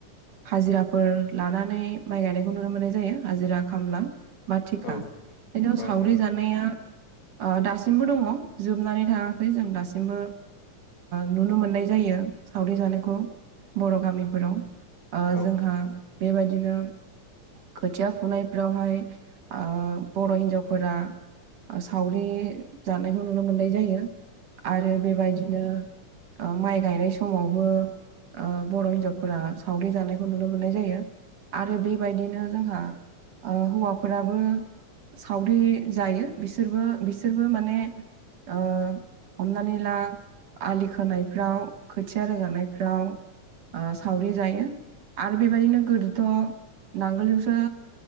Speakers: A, on the right (about 65°); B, on the left (about 60°).
A: हाजिराफोर लानानै माइ गायनायखौ नुनो मोननाय जायो हाजिरा खामला। बाथिखा
B: औ ओं
A: बेनियाव
B: ओं
A: सावरि जानाया दासिमबो दङ जोबनानै थाङाखै। जों दासिमबो नुनो मोननाय जायो सावरि जानायखौ बर' गामिफोराव।
B: औ ओं
A: जोंहा बेबायदिनो खोथिया फुनायफ्रावहाय ओ बर' हिन्जावफोरा सावरि जानायखौ नुनो मोननाय जायो आरो बेबायदिनो माइ गायनाय समावबो ओ बर' हिनजावफोरा सावरि जानाय नुनो मोननाय जायो। आरो बेबायदिनो जोंहा हौवाफोराबो सावरि जायो। बिसोरबो -बिसोरबो माने ओ हमनानै ला आलि खोनायफ्राव खोथिया रोगानायफ्राव ओ सावरि जायो आरो बेबायदिनो गोदोथ' नांगोलजोंसो